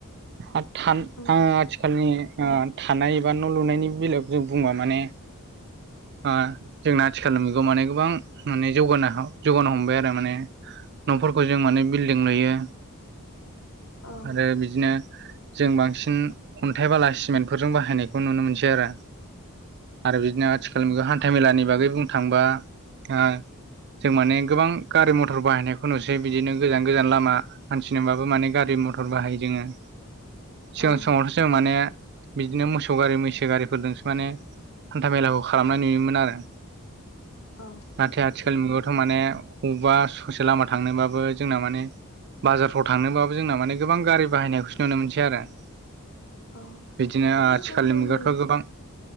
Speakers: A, on the right; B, on the left.
A: आरो थान
B: उम
A: आं आथिखालनि ओ थानाय एबा न' लुनायनि बेलायाव जों बुंबा माने। आ जोंना आथिखालनि मुगाव माने गोबां माने जौगानो जौगानो हमबाय आरो माने। न'फोरखौ जों माने बिल्डिं लुयो।
B: औ
A: आरो बिदिनो जों बांसिन खन्थाइ बाला सिमेन फोरजों बाहायनायखौ नुनो मोनसै आरो आरो बि बिदिनो आथिखाल
B: औ
A: हान्थ मेलानि बागै बुंनो थांबा ओ जों माने गोबां गारि मथर बाहायनायखौ नुसै बिदिनो गोजान गोजान लामा हानथि नबाबो माने गारि मथर बाहायो जोङो सिगां
B: औ
A: समावथ' जों माने बिदिनो मोसौ गारि मैसो गारिफोरदोंसो माने हान्था मेलाखौ खालामनाय नुयोमोन आरो।
B: औ।
A: नाथाय आथिखालनि मुगायावथ' माने बबेबा ससे लामा थांनोबाबो जोंना माने। बाजारफ्राव थांनोबाबो जोंना माने गोबां गारि बाहायनायखौसो नुनो मोनसै आरो।
B: औ
A: बिदिनो
B: माने
A: आथिखालनि
B: गोदोनि
A: मुगायावथ' गोबां